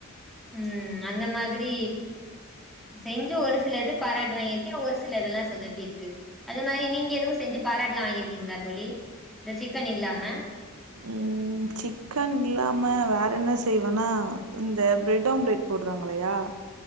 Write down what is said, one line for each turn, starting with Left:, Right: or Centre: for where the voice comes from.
Centre: ம் அந்த மாதிரி செஞ்சி ஒரு சிலது பாராட்டு வாங்கிருக்கே ஒரு சிலதெல்லா சொதப்பிருக்கு அது மாறி நீங்க எதுவு செஞ்சி பா ராட்லா வாங்கிருக்கிங்ளா தோழி இந்த சிக்கன் இல்லாம
Right: ம் சிக்கன் இல்லாம வேற என்ன செய்வேனா இந்த ப்ரெட் ஆம்லெட் போட்றாங்ளையா